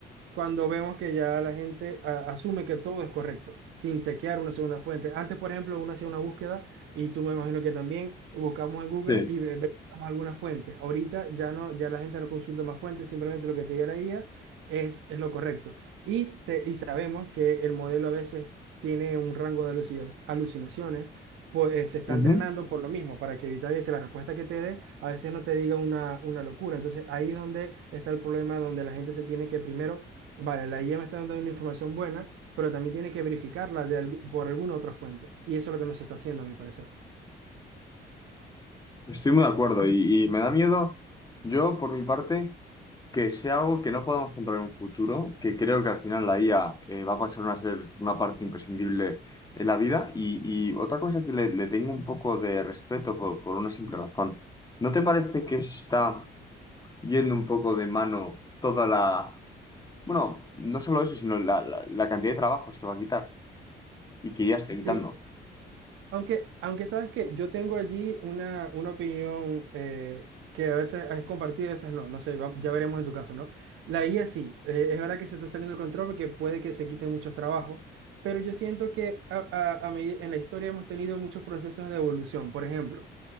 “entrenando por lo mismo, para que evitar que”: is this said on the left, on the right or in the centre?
Right